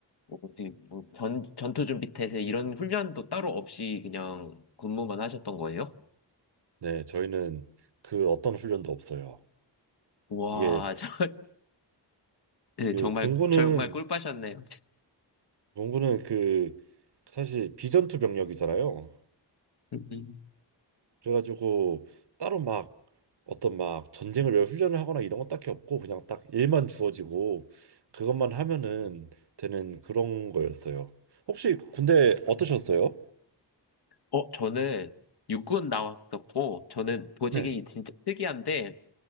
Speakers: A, on the left; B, on the right.
A: 뭐 어디 뭐 전, 전투 준비 태세 이런 훈련도 따로 없이 그냥 근무만 하셨던 거예요?
B: 네, 저희는 그 어떤 훈련도 없어요.
A: 와,
B: 이게
A: 저, <laughs> 예,
B: 그
A: 정말
B: 공군은
A: 정말 꿀빠셨네요.
B: 공군은 그 사실 비전투 병력이잖아요.
A: 음.
B: 그래가지고 따로 막 어떤 막 전쟁을 위 훈련을 하거나 이런 거 딱히 없고 그냥 딱 일만 주어지고 그것만 하면은 되는 그런 거였어요. 혹시 군대 어떠셨어요?
A: 어, 저는 육군 나왔었고 저는 보직이
B: 네,
A: 진짜 특이한데